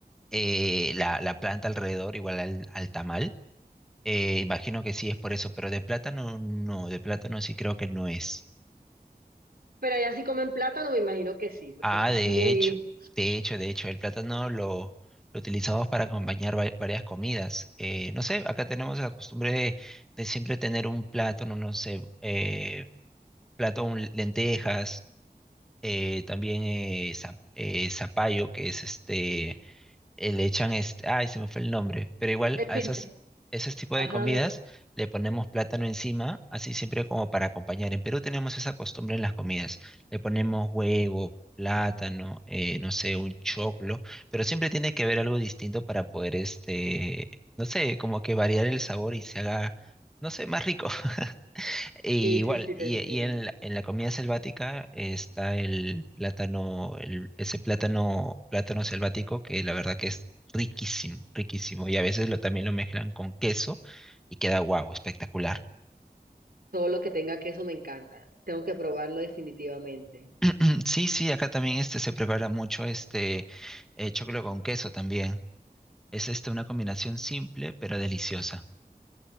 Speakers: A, in the centre; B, on the right.
A: eh, la, la planta alrededor, igual al, al tamal. Eh, imagino que sí es por eso, pero de plátano no, de plátano sí creo que no es.
B: Pero allá sí comen plátano, me imagino que sí, porque
A: Ah,
B: eso es
A: de
B: muy...
A: hecho, de hecho, de hecho, el plátano lo, lo utilizamos para acompañar va- varias comidas. Eh, no sé, acá tenemos la costumbre de, de siempre tener un plátano, no sé, eh, plato con lentejas eh, también eh, za- eh, zapallo, que es este, eh, le echan este, ay, se me fue el nombre, pero igual
B: espin-
A: a esas, esos tipos
B: Ajá,
A: de comidas le ponemos plátano encima, así siempre como para acompañar. En Perú tenemos esa costumbre en las comidas, le ponemos huevo, plátano, eh, no sé, un choclo, pero siempre tiene que haber algo distinto para poder, este, no sé, como que variar el sabor y se haga, no sé, más rico. <laughs> Y
B: sí,
A: igual,
B: sí, sí,
A: y,
B: te entiendo.
A: y en la, en la comida selvática está el plátano, el- ese plátano, plátano selvático que la verdad que es riquísimo, riquísimo. Y a veces lo, también lo mezclan con queso y queda guau, espectacular.
B: Todo lo que tenga queso me encanta. Tengo que probarlo definitivamente.
A: <clears throat> Sí, sí, acá también este se prepara mucho este eh, choclo con queso también. Es este una combinación simple pero deliciosa.